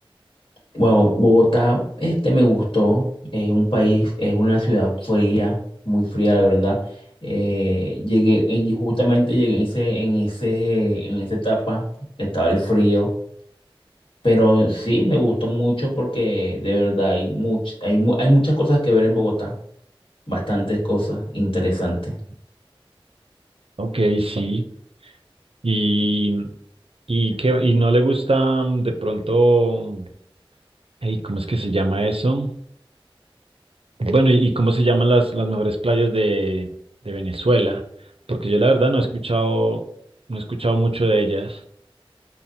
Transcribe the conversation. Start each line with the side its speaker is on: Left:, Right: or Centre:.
Left: Bueno, Bogotá, este me gustó, es un país, es una ciudad fría, muy fría, la verdad. Eh, llegué, eh, justamente llegué en ese, en ese, en esa etapa, estaba el frío, pero sí me gustó mucho porque de verdad hay much, hay, mu- hay muchas cosas que ver en Bogotá, bastantes cosas interesantes.
Right: Ok, sí. Y, y, que, y no le gusta mm, de pronto, mm, ey, ¿cómo es que se llama eso? Bueno, y, y cómo se llaman las, las mejores playas de, de Venezuela, porque yo la verdad no he escuchado, no he escuchado mucho de ellas.